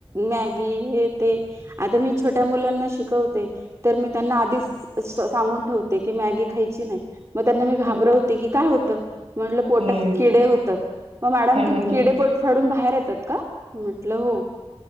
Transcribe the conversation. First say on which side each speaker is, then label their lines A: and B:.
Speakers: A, on the right; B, on the right.
A: मॅगी हे ते आता मी छोट्या मुलांना शिकवते तर मी त्यांना आधीच सांगून ठेव की मॅगी खायची नाही मग त्यांना मी घाबरवते
B: हम्म
A: की काय होत म्हंटलं पोटात
B: हम्म
A: किडे होतात मग मॅडम
B: हम्म
A: ते
B: हम्म
A: किडे पोट फाडून बाहेर येतात का म्हटलं हो